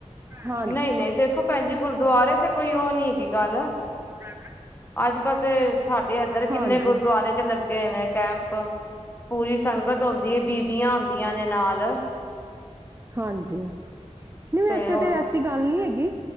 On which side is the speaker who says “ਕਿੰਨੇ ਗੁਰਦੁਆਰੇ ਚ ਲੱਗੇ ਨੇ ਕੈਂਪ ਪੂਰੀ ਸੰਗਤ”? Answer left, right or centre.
Left